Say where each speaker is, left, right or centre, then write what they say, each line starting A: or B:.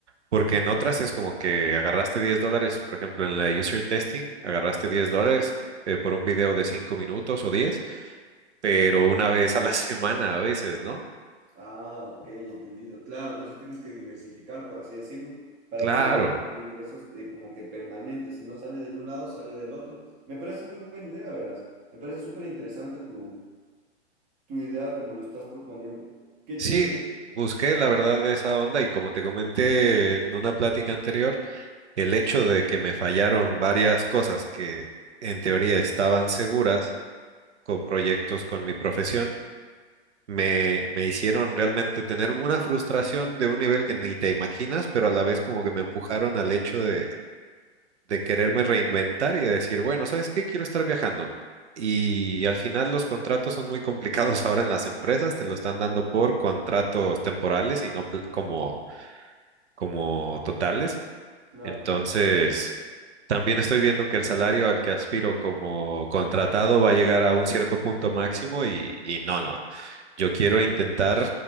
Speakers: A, on the right; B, on the right.
A: porque en otras es como que agarraste 10 dólares, por ejemplo, en la user testing, agarraste 10 dólares eh, por un video de 5 minutos o 10, pero una vez a la <laughs> semana a veces, ¿no?
B: Ah, ok, entendido. Claro, entonces tienes que diversificar, por así decirlo, para
A: Claro,
B: poder tener ingresos eh, como que permanentes. Si no sale de un lado, sale del otro. Me parece muy buena idea, verás. Me parece súper interesante tu, tu idea de cómo lo estás proponiendo. Qué
A: sí,
B: chévere.
A: busqué la verdad de esa onda y como te comenté en una plática anterior, el
B: Ujú,
A: hecho de que me fallaron varias cosas que en teoría estaban seguras con proyectos con mi profesión, me, me hicieron realmente tener una frustración de un nivel que ni te imaginas, pero a la vez como que me empujaron al hecho de, de quererme reinventar y de decir, bueno, ¿sabes qué? Quiero estar viajando. Y al final los contratos son muy complicados <laughs> ahora en las empresas, te lo están dando
B: ujú,
A: por contratos temporales y no pl- como, como totales.
B: Claro,
A: Entonces,
B: ajá.
A: También estoy viendo que el salario al que aspiro como contratado va a llegar a un cierto punto máximo y, y no, no. Yo quiero intentar